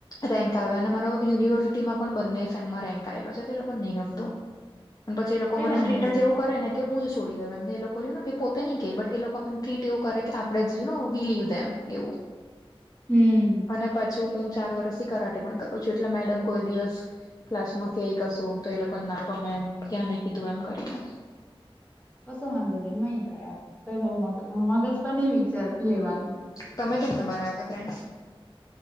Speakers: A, on the left; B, on the left.
A: રેન્ક આવ્યો અને મારો યુનિવર્સિટીમાં પણ બંને સેમમાં રેન્ક આવેલો છે તો લોકો નહીં ગમતું.
B: <inaudible>
A: પછી એ લોકો
B: કઈ
A: મને
B: વાંધો
A: ટ્રીટ
B: નહી
A: જ જેવું કરે ને કે હું જ છોડી દઉં એમને એ લોકોને એ પોતે નહી ક બટ એ લોકો આપને ટ્રીટ એવું કરે કે આપણે જ ય બિલીવ દેમ એવું.
B: <inaudible> હમ્મ,
A: અને પાછું હું ચાર વર્ષથી કરાટે પણ કરું છું એટલે મેડમ કોઈ દિવસ ક્લાસમાં કય કશું તો એ લોકોને ના ગમે એમ ક્યાં ન કીધું એમ કરીને.
B: કસું વાંધો નહી મય ગયા કઈ બ મ મગજ પણ નહી વિચાર લેવાનું
A: તમે કેમ ન બનાયા થા ફ્રેન્ડસ??